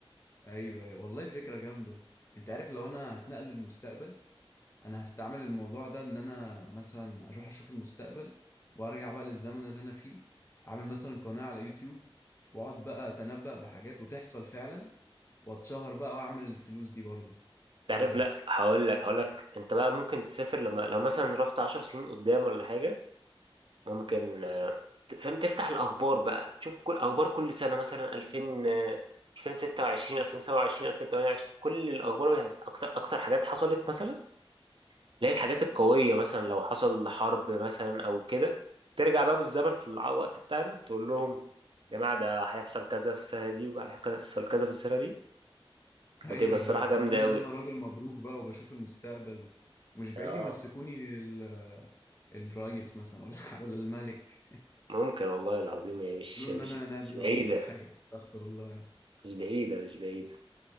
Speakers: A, on the left (about 25°); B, on the right (about 60°).
A: ايوه أيوة. والله فكرة جامدة انت عارف لو انا هتنقل للمستقبل انا هستعمل الموضوع ده ان انا مثلا اروح اشوف المستقبل وارجع بقى للزمن اللي انا فيه اعمل مثلا قناة على يوتيوب واقعد بقى اتنبأ بحاجات وتحصل فعلا واتشهر بقى واعمل الفلوس دي برضه
B: تعرف
A: ايه رأيك
B: لا هقول لك هقول لك انت بقى ممكن تسافر لما لو مثلا رحت عشر سنين قدام ولا حاجة ممكن آه، فاهم تفتح الاخبار بقى تشوف كل اخبار كل سنة مثلا 2000 آه، 2026 2027 2028 كل الاخبار بتاعت- اكتر اكتر حاجات حصلت مثلا اللي هي الحاجات القوية مثلا لو حصل حرب مثلا أو كده ترجع بقى بالزمن في الع- الوقت بتاعنا تقول لهم يا جماعة ده هيحصل كذا في السنة دي وهيحصل كذا في السنة دي
A: ايوه
B: وتبقى الصراحة
A: ايوه
B: جامدة
A: يقولوا
B: أوي
A: ان انا راجل مبروك بقى وبشوف المستقبل مش بعيد
B: اه
A: يمسكوني ال- الرئيس مثلا ولا <laughs> ولا الملك
B: ممكن والله العظيم يعني مش
A: يقولوا
B: مش
A: ان انا نبي
B: مش بعيدة
A: بقى ولا حاجة استغفر الله يعني.
B: مش بعيدة مش بعيدة